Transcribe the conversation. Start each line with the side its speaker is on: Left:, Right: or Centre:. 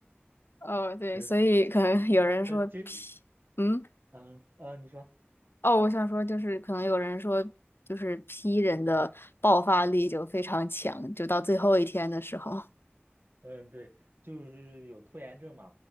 Left: 哦，
Right: <laughs>
Left: 对，
Right: 所以说
Left: 所以可能有人说
Right: 呃，其实
Left: P，嗯，
Right: 嗯呃，你说。
Left: 哦，我想说就是可能有人说就是 P 人的爆发力就非常强，就到最后一天的时候。
Right: 嗯，对，就是有拖延症嘛。